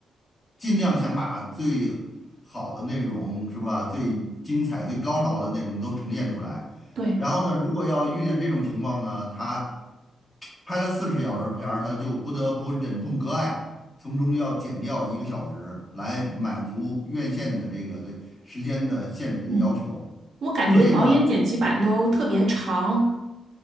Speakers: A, on the left; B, on the right.
A: 尽量想把最好的内容是吧，最精彩、最高潮的内容都呈现出来。
B: 对，
A: 然后呢，如果要遇见这种情况呢，他拍了四十小时片儿，他就不得不忍痛割爱，从中要减掉一个小时来满足院线的这个对时间的限制的要求。
B: 嗯，我感觉导演剪辑版都特别长。
A: 所以呢，